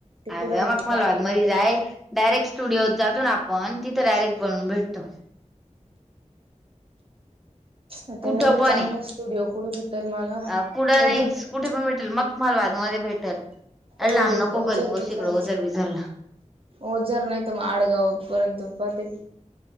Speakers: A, on the right (about 45°); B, in the centre.
A: ते कुठं
B: अग्या
A: आहे
B: मग
A: ते
B: मलवाद
A: पाहायला जातात
B: मरी जाय डायरेक्ट स्टुडिओत जातो ना आपण तिथं डायरेक्ट बनवुन भेटतो
A: आता
B: कुठं
A: एवढं
B: पण
A: चांगलं स्टुडिओ कुठे भेटेल मला?
B: आहे कुठं
A: <unintelligible>
B: नाही कुठे पण भेटेल <unintelligible> मध्ये भेटेल आणि
A: ओ
B: लांब नको
A: ओझर
B: करीत बसु
A: बिझर
B: इकडं ओझर बिझरला
A: ओझर नाही तर मग आडगाव पर्यंत पाहते.